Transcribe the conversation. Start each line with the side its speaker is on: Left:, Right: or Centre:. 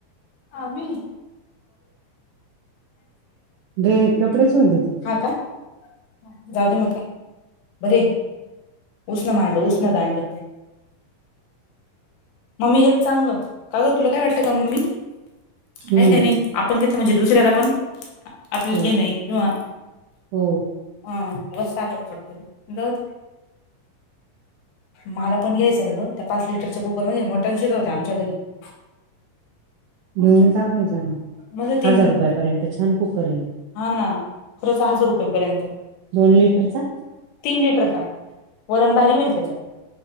Left: आही
Right: े कपडेचोन देत
Left: जा दे म बर उष्ण मांडव उष्ण दांड मम्मी हेच चांगलं का ग तुला काय वाटत का मम्मी
Right: हम्म
Left: काय काय नाही आपण घेतलं म्हणजे दुसऱ्याला पण आपल्या
Right: हो
Left: घे नाही किंवा
Right: हो
Left: हा वस् आकडे पडतात जा मला पण घ्यायचंय ग त्या पाच लिटरच्या कुकरमध्येध्ये मटन शर होते आमच्याकडे <inaudible>
Right: घेऊन टाकायच ना
Left: मस्त तीन
Right: हजार रुपयापर्यंत छान कुकर आहे
Left: हा ना खरंच हजार रुपयेपर्यंत
Right: दोन लिटरचा
Left: तीन लिटर का वरणबारी होईल त्याच्यात